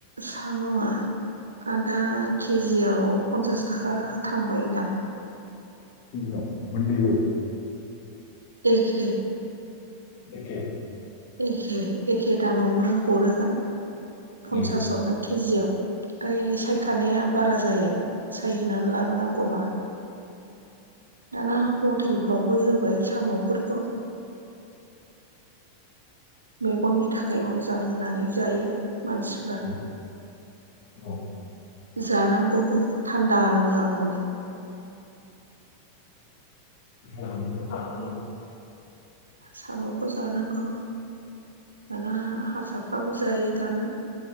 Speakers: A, on the right; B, on the left.
A: साम'आ दा केजियाव पन्सास थाखा थांबाय होनदां
B: केजियाव मोननैबो
A: एखे
B: बेखे
A: एखे एखे दामावनो हरोगोन पन्सासआवनो
B: ए
A: केजियाव ओइ सायखानाया बारा जायो सायहोनानै लाबोनांगौबा दाना हटेलफोरावबो होबाय साम'फोरखौ मेगननि थाखाय मोजां होननानै जायो मानसिफ्रा
B: औ औ
A: जानांगौबो थान्दा मोजां मोनो
B: ओ जानांगौ
A: साम'खौ जानांगौ दाना हारसाफ्राबो जायो दाना